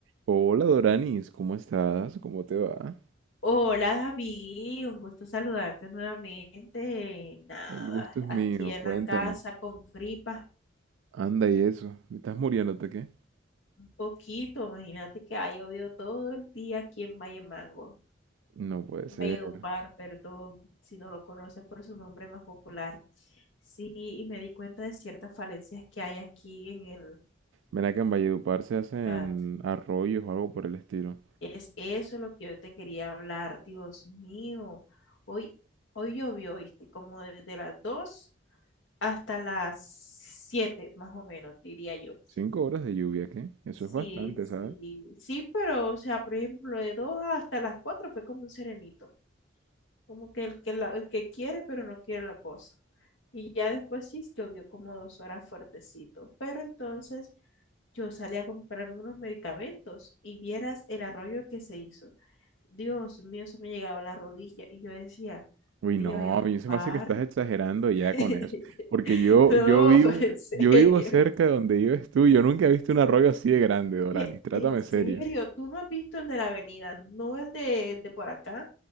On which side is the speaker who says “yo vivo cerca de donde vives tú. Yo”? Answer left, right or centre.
Right